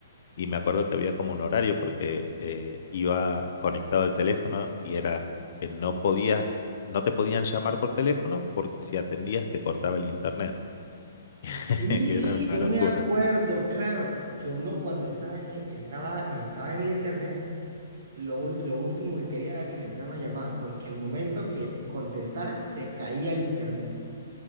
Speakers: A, on the left; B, on the right.
A: y me acuerdo que había como un horario porque eh, iba conectado el teléfono y era que no podías, no te podían llamar por teléfono porque si atendías te cortaba el internet. <laughs>
B: Sí,
A: Era una
B: yo
A: locura,
B: me acuerdo,
A: sí.
B: claro, que uno cuando estaba, eh, estaba, eh, estaba en el internet, lo, ult- lo último que quería era que le entrara una llamada, porque el momento que
A: Ujú.
B: contestara se caía el internet.